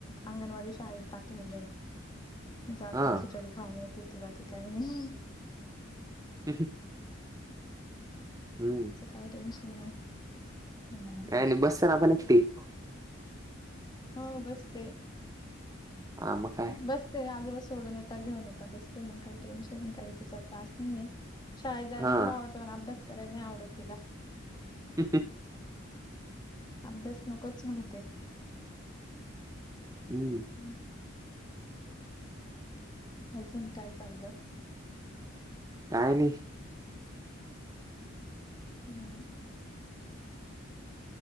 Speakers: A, on the left; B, on the right.
A: अंगणवाडी शाळेत टाकलेलं आहे. जाते
B: हां.
A: खिचडी खाऊन येते ती बाकी काही नाही.
B: अ ''हं '' हम्म,
A: काय टेन्शन नाही. हम्म.
B: काय नाही <unintelligible> बसतात.
A: हो बसते.
B: हा मग. काय
A: बसते आजोबा सोडून येता घेऊन येेतता बसते मग काही टेन्शन काही तिचा त्रास नाहीये. शाळेत जायला
B: हा
A: खूप आवडतं पण अभ्यास करायला नाही आवडत तिला.
B: ''हं'' हं''
A: अभ्यास नकोच म्हणते.
B: हम्म,
A: ''हं '' अजून काय चाललं?
B: काय नाही.
A: हम्म.